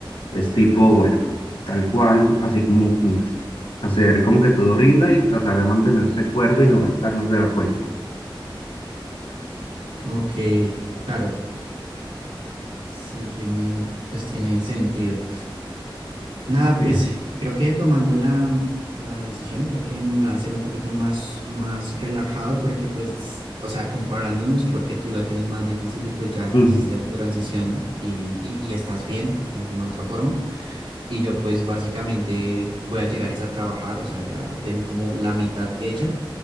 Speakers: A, on the left; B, on the right.
A: Es tipo, bueno, tal cual, así como, como es. Hacer como que todo rinda y tratar de mantenerse cuerdo y no gastar más de la cuenta.
B: Ok, claro, sí tiene, pues tiene sentido. Nada,
A: Sí,
B: pues creo que tomando la, la decisión, creo que me va a hacer un poquito más, más relajado porque pues, o sea, comparándonos, creo que tú la tienes más difícil y pues ya
A: Ujú.
B: hiciste tu transición y, y, y estás bien de alguna otra forma. Y yo pues básicamente voy a llegar es a trabajar, o sea, ya tengo como la mitad hecha,